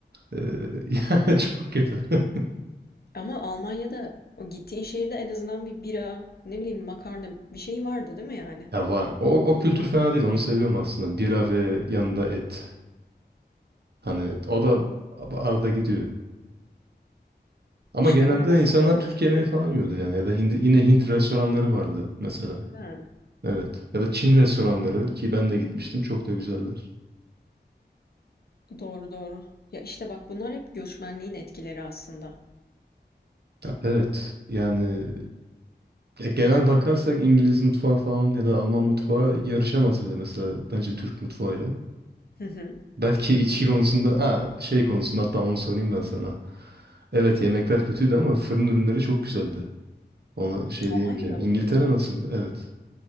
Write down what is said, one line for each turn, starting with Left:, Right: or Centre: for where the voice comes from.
Right: Ee, <laughs> yani çok kötü. <laughs>
Left: Ama Almanya'da o gittiğin şehirde en azından bir bira, ne bileyim makarna bir şey vardı değil mi yani?
Right: Ya var. O, o kültür fena değil. Onu seviyorum aslında. Bira ve yanında et. Hani o da arada gidiyor. Ama
Left: İşte
Right: genelde
Left: o Londra'da
Right: insanlar
Left: yok.
Right: Türk yemeği falan yiyordu yani. Ya da Hindi- yine Hint restoranları vardı mesela.
Left: Ha.
Right: Evet. Ya da Çin restoranları ki ben de gitmiştim çok da güzeller.
Left: Doğru doğru. Ya işte bak bunlar hep göçmenliğin etkileri aslında.
Right: Ya evet. Yani ya genel bakarsak İngiliz mutfağı falan ya da Alman mutfağı yarışamaz bile mesela bence Türk mutfağıyla.
Left: Hı hı.
Right: Belki içki konusunda ha, şey konusunda hatta onu sorayım ben sana. Evet yemekler kötüydü ama fırın ürünleri çok güzeldi. Ona şey diyemeyeceğim.
Left: Almanya'da
Right: İngiltere
Left: mı?
Right: nasıl? Evet.